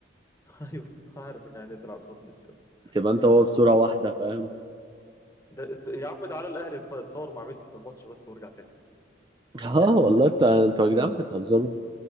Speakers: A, on the left (about 15°); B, on the right (about 25°).
A: <laughs> ايوه عارف ان يعني تلعب قصاد ميسي بس
B: تبقى انت وهو في صوره واحده فاهم
A: ده ده- يا عم تعالى الاهلي يتصور مع ميسي في الماتش بس وارجع تاني
B: <laughs> اه والله انت انتوا يا جدعان بتهزروا